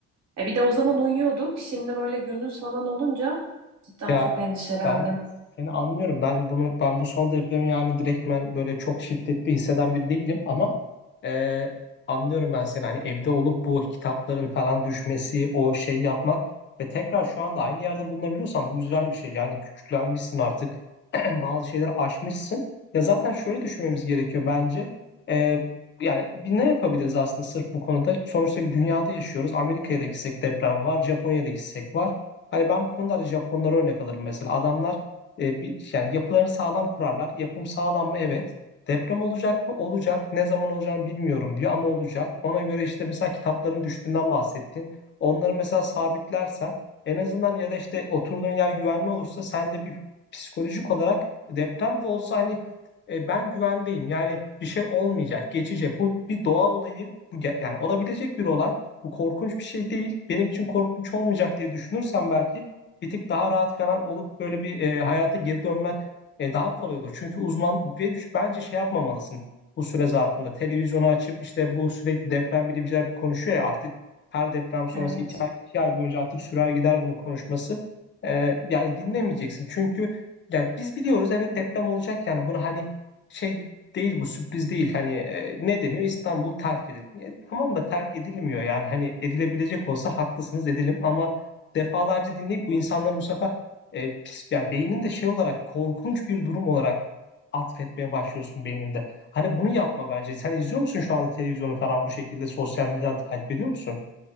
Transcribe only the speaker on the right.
E bir de o zaman uyuyorduk. Şimdi böyle gündüz falan olunca cidden
çok endişelendim.
Evet.